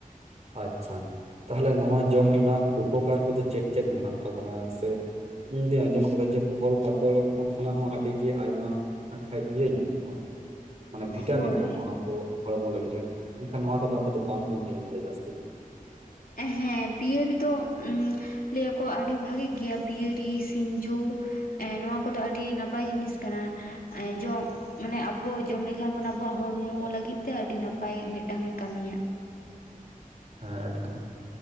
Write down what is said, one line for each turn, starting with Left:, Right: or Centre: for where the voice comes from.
Right: ᱟᱪᱪᱷᱟ, ᱛᱟᱦᱟᱞᱮ ᱱᱚᱣᱟ ᱡᱚᱢ ᱨᱮᱱᱟᱜ ᱩᱯᱚᱠᱟᱨ ᱠᱚᱫᱚ ᱪᱮᱫ ᱪᱮᱫ ᱢᱮᱱᱟᱜ ᱛᱟᱵᱚᱱᱟ ᱥᱮ ᱤᱧ ᱫᱩᱧ ᱟᱸᱡᱚᱢ ᱟᱠᱟᱫᱟ ᱡᱮ ᱯᱷᱚᱞ ᱯᱟᱠᱚᱞ ᱠᱷᱚᱱᱟᱜ ᱦᱚᱸ ᱟᱹᱰᱤ ᱜᱮᱭᱟ ᱟᱭᱢᱟ ᱟᱸᱠᱷᱟᱡ ᱤᱭᱟᱹ ᱧᱟᱢᱚᱜᱼᱟ ᱢᱟᱱᱮ ᱵᱷᱤᱴᱟᱢᱤᱱ
Left: ᱦᱳᱭ᱾
Right: ᱧᱟᱢᱚᱜᱼᱟ ᱟᱵᱚ ᱦᱚᱲᱢᱚ ᱞᱟᱹᱜᱤᱫ ᱨᱮ ᱢᱮᱱᱠᱷᱟᱱ ᱱᱚᱣᱟ ᱠᱚᱫᱚ ᱠᱚᱫᱚ ᱵᱟᱝ ᱵᱚᱱ ᱡᱚᱢ ᱫᱟ ᱡᱟᱹᱥ
Left: ᱮᱸ ᱦᱮᱸ ᱯᱤᱭᱟᱹᱨᱤ ᱫᱚ ᱩᱸ ᱞᱟᱹᱭᱟ ᱠᱚ ᱟᱹᱰᱤ ᱵᱷᱟᱜᱤ ᱜᱮᱭᱟ ᱯᱤᱭᱟᱹᱨᱤ ᱥᱤᱸᱡᱳ ᱮᱸ ᱱᱚᱣᱟ ᱠᱚᱫᱚ ᱟᱹᱰᱤ ᱱᱟᱯᱟᱭ ᱡᱤᱱᱤᱥ ᱠᱟᱱᱟ ᱮ ᱡᱚ ᱢᱟᱱᱮ ᱟᱵᱚ ᱡᱚᱢ ᱞᱮᱠᱷᱟᱱ ᱵᱩᱱ ᱟᱵᱩᱣᱟᱜ ᱦᱚᱲᱢᱚ ᱞᱟᱹᱜᱤᱫ ᱛᱮ ᱟᱹᱰᱤ ᱱᱟᱯᱟᱭ ᱢᱤᱫᱴᱟᱝ ᱮ ᱠᱟᱹᱢᱤᱭᱟ᱾
Right: ᱦᱮᱸ ᱮᱠᱫᱚᱢ